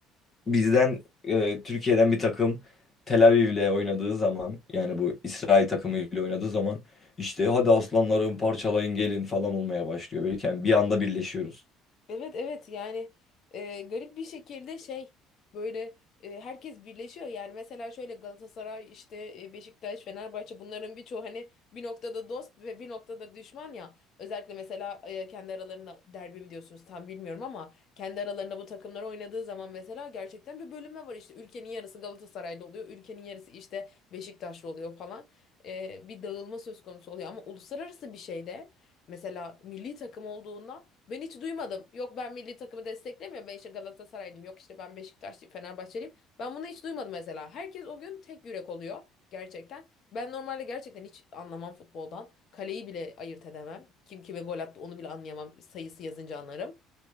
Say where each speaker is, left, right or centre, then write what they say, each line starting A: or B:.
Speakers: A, on the left; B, on the left.
A: Bizden e, Türkiye'den bir takım Tel Aviv'le oynadığı zaman yani bu İsrail takımıyla oynadığı zaman işte hadi aslanlarım parçalayın gelin falan olmaya başlıyor. Birken bir anda birleşiyoruz.
B: Evet evet yani e, garip bir şekilde şey böyle e, herkes birleşiyor yani mesela şöyle Galatasaray işte e, Beşiktaş Fenerbahçe bunların birçoğu hani bir noktada dost ve bir noktada düşman ya özellikle mesela e, kendi aralarında derbi mi diyorsunuz tam bilmiyorum ama kendi aralarında bu takımlar oynadığı zaman mesela gerçekten bir bölünme var işte ülkenin yarısı Galatasaraylı oluyor ülkenin yarısı işte Beşiktaşlı oluyor falan E, bir dağılma söz konusu oluyor ama uluslararası bir şeyde mesela milli takım olduğunda ben hiç duymadım. Yok ben milli takımı desteklemiyorum. Ben işte Galatasaraylıyım. Yok işte ben Beşiktaşlıyım, Fenerbahçeliyim. Ben bunu hiç duymadım mesela. Herkes o gün tek yürek oluyor gerçekten. Ben normalde gerçekten hiç anlamam futboldan. Kaleyi bile ayırt edemem. Kim kime gol attı onu bile anlayamam. Sayısı yazınca anlarım.